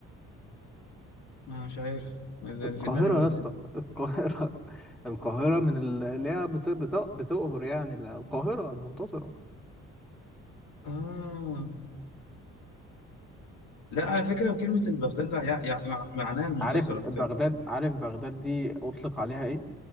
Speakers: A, on the left; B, in the centre.
A: آه مش عارف اللي
B: القاهرة
A: في دماغي بغداد
B: يا اسطى القاهرة <laughs> القاهرة من ال- اللي هي بت- بت- بتقهر يعني القاهرة المنتصرة
A: اه لا على فكرة كلمة البغداد ده يع... يع... مع- معناها المنتصرة
B: عارف بغداد
A: كمان.
B: عارف بغداد دي أطلق عليها إيه؟